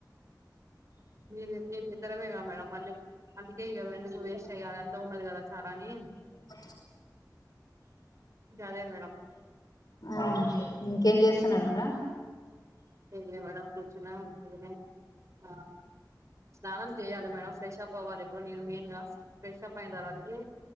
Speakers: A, on the right; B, on the left.
A: మీరు ఇద్దరమెగా మేడం మళ్ళీ అ ఎందుకు వేస్ట్ చేయ్యాలి అంత ఉన్నది కదా చార అని
B: అ
A: ఇగ అదే మేడం
B: ఆ ఇంకేం చేస్తున్నారు మేడమ్
A: ఏమ్లే మేడం కూర్చున్నా ఉత్తిగనే ఆ స్నానం చేయాలి మేడం ఫ్రెష్ అప్ అవ్వాలి ఇప్పుడు నేను మెయిన్గా ఫ్రెష్ప్ అయిన తర్వాతకి